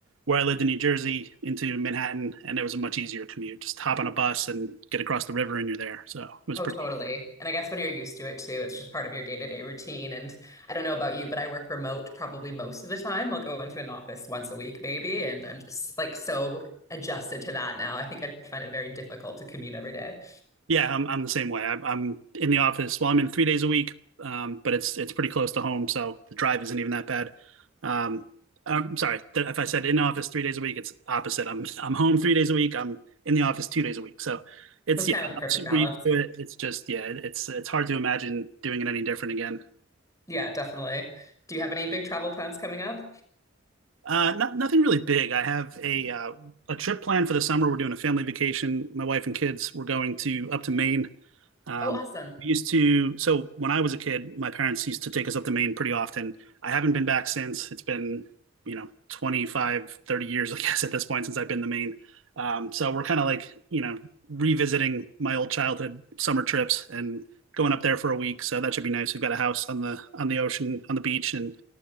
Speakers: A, on the right; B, on the left.
A: where I lived in New Jersey into Manhattan, and it was a much easier commute. Just hop on a bus and get across the river, and you're there. So it was
B: Oh,
A: pretty.
B: totally. And I guess when you're used to it too, it's just part of your day-to-day routine. And I don't know about you, but I work remote probably most of the time. I'll go into an office once a week, maybe, and I'm just like so adjusted to that now. I think I find it very difficult to commute every day.
A: Yeah, I'm I'm the same way. I'm I'm in the office. Well, I'm in three days a week, um, but it's it's pretty close to home, so the drive isn't even that bad. Um, I'm sorry th- if I said in office three days a week, it's opposite. I'm I'm home three days a week. I'm in the office two days a week. So it's
B: That's kind
A: yeah,
B: of the
A: I'm
B: perfect
A: super
B: balance.
A: used to it. It's just yeah, it- it's it's hard to imagine doing it any different again.
B: Yeah, definitely. Do you have any big travel plans coming up?
A: Uh, not, nothing really big. I have a uh, a trip planned for the summer. We're doing a family vacation. My wife and kids. We're going to up to Maine Um,
B: Oh, awesome.
A: we used to, so when I was a kid, my parents used to take us up to Maine pretty often. I haven't been back since. It's been, you know, 25, 30 years, I <laughs> guess, at this point since I've been to Maine. Um, so we're kind of like, you know, revisiting my old childhood summer trips and going up there for a week. So that should be nice. We've got a house on the on the ocean, on the beach, and